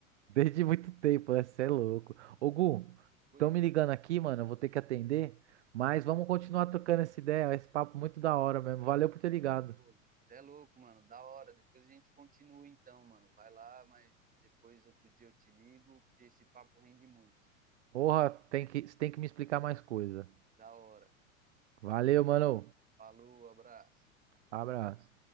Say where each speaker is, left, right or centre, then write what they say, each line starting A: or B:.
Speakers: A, on the right; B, on the right.
A: desde muito tempo, né? Cê é louco. Ô,
B: Cê é
A: Gu,
B: ui,
A: estão me ligando aqui, mano. Eu vou ter que atender. Mas vamos continuar trocando essa ideia. Esse papo muito da hora mesmo. Valeu por ter ligado.
B: pô, cê é louco, mano. Da hora. Depois a gente continua então, mano. Vai lá, mas depois outro dia eu te ligo, porque esse papo rende muito.
A: Porra, tem que, cê tem que me explicar mais coisa.
B: Da hora.
A: Valeu, mano.
B: Falou, abraço.
A: Abraço.